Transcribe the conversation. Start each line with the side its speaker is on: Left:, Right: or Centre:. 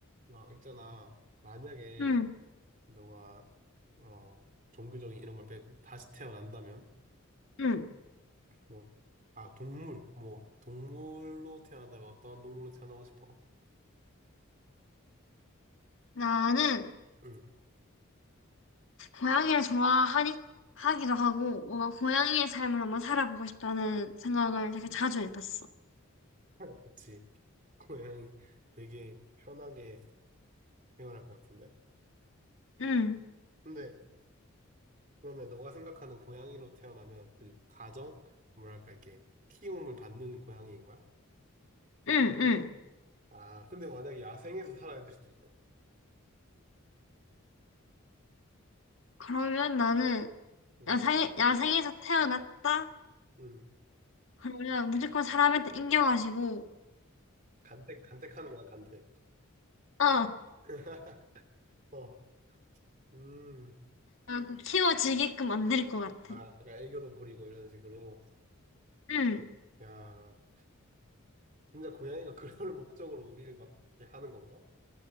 Right: 막 있잖아. 만약에
Left: 응,
Right: 너가 어 종교적인 이런 걸 빼고 다시 태어난다면
Left: 응.
Right: 뭐 아 동물 뭐 동물로 태어난다면 어떤 동물로 태어나고 싶어?
Left: 나는
Right: 응,
Left: 고양이를 좋아하니, 하기도 하고, 뭔가 고양이의 삶을 한번 살아보고 싶다는 생각을 되게 자주 해봤어.
Right: <laughs> 그치. 그 고양이 되게 편하게 생활할 것 같은데.
Left: 응,
Right: 근데 그러면 너가 생각하는 고양이로 태어나면 그 가정 뭐랄까 이렇게 키움을 받는 고양이인 거야?
Left: 응, 응.
Right: 아, 근데 만약에 야생에서 살아야 될 수도 있잖아.
Left: 그러면 나는
Right: 응,
Left: 야생에, 야생에서 태어났다?
Right: 응.
Left: 그러면 무조건 사람한테 인겨가지고,
Right: 간택 간택하는 거야, 간택.
Left: 어,
Right: <laughs> 어. 음,
Left: 약간 키워지게끔 만들 것 같아.
Right: 아, 그러니까 애교도 부리고 이런 식으로.
Left: 응.
Right: 야, 진짜 고양이가 그럴 <laughs> 목적으로 우리를 막 이렇게 하는 건가?